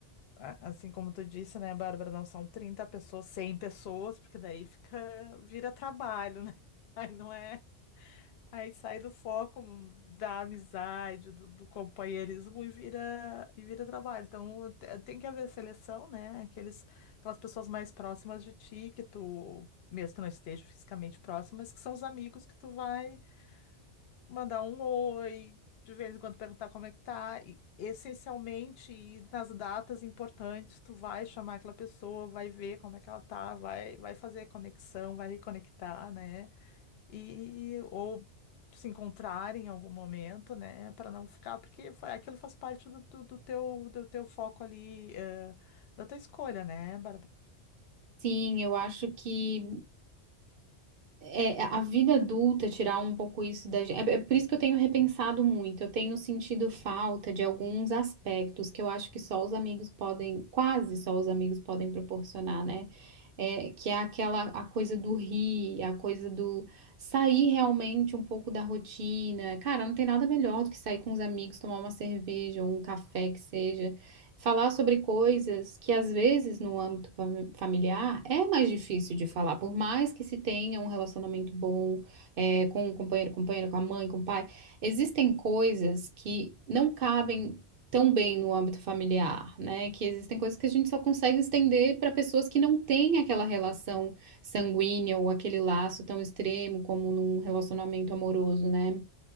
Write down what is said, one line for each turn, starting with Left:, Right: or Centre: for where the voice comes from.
Left: a- assim como tu disse, né, Bárbara, não são 30 pessoas, 100 pessoas, porque daí fica, vira trabalho, né? <laughs> Aí não é, aí sai do foco da amizade, do, do companheirismo e vira e vira trabalho. Então te- tem que haver seleção, né? Aqueles, aquelas pessoas mais próximas de ti que tu Mesmo que não esteja fisicamente próximo, mas que são os amigos que tu vai mandar um oi, de vez em quando perguntar como é que tá. E, essencialmente, e nas datas importantes, tu vai chamar aquela pessoa, vai ver como é que ela tá, vai, vai fazer a conexão, vai reconectar, né? E ou se encontrar em algum momento, né? Para não ficar, porque fa- aquilo faz parte do, do, do teu, do teu foco ali, eh, da tua escolha, né, Bárbara?
Right: Sim, eu acho que É, é, a vida adulta, tirar um pouco isso da gente. É, é por isso que eu tenho repensado muito. Eu tenho sentido falta de alguns aspectos que eu acho que só os amigos podem, quase só os amigos podem proporcionar, né? É, que é aquela a coisa do rir, a coisa do sair realmente um pouco da rotina. Cara, não tem nada melhor do que sair com os amigos, tomar uma cerveja ou um café que seja falar sobre coisas que às vezes no âmbito fami- familiar é mais difícil de falar, por mais que se tenha um relacionamento bom é, com o companheiro, companheira, com a mãe, com o pai, existem coisas que não cabem tão bem no âmbito familiar, né? Que existem coisas que a gente só consegue estender para pessoas que não têm aquela relação sanguínea ou aquele laço tão extremo como num relacionamento amoroso, né?